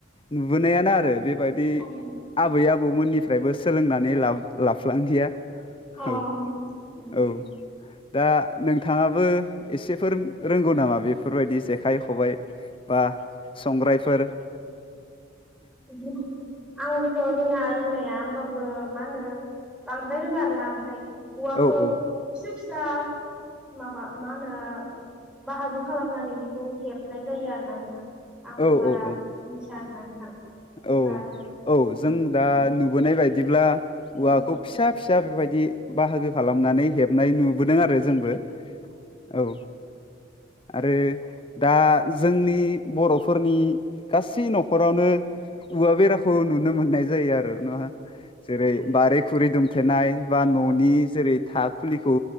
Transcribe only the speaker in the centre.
ओं,
अ
ओं,
ओं.
बि आंबोथ रोङा रोंनाया होमबाबो मा होनो बांद्राय रोङा आरो ना ओमफाय औवाखौ
फिसा फिसा माबा मा होनो बाहागो खालामनानै बेखौ हेबनाय जायो आरो ना नोंथां आंबो
बारा
मिथिया आरोना नोंथां ओमफ्राय
ओम,
ओम,